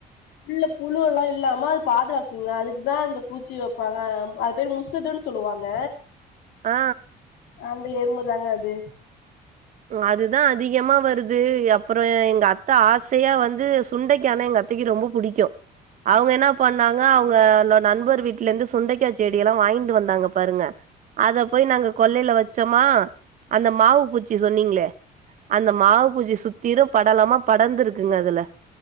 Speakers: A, on the left; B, on the right.
A: உள்ள புழுவெல்லா இல்லாம அது பாதுகாக்குங்க அதுக்கு தா அந்த பூச்சி வெப்பாங்க அது பேரு முசுதுன் சொல்லுவாங்க
B: ஆ
A: அந்த எறும்புதாங்க அது
B: அதுதா அதிகமா வருது அப்புற எங்க அத்த ஆசையா வந்து சுண்டைக்கானா எங்க அத்தைக்கு ரொம்ப பிடிக்கு அவங்க என்ன பண்ணாங்க அவங்க நண்பர் வீட்டுல இருந்து சுண்டைக்காய் செடி எல்லா வாங்கிட்டு வந்தாங்க பாருங்க அத போய் நாங்க கொள்ளையில வச்சோமா அந்த மாவு பூச்சி சொன்னிங்ளே அந்த மாவு பூச்சி சுத்திரு படலமா படந்துருக்குங்க அதுல